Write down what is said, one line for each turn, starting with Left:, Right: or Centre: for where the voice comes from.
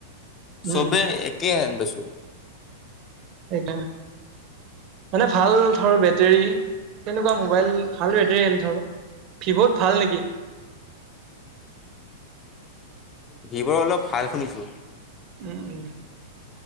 Right: উম,
Left: চবে একে হেন বেছো।
Right: সেইটো মানে ভাল ধৰ বেটেৰী তেনেকুৱা মোবাইল ভাল বেটৰী হেলঠৰ ভিৱত ভাল নেকি?
Left: ভিভ অলপ ভাল শুনিছো।
Right: উম উম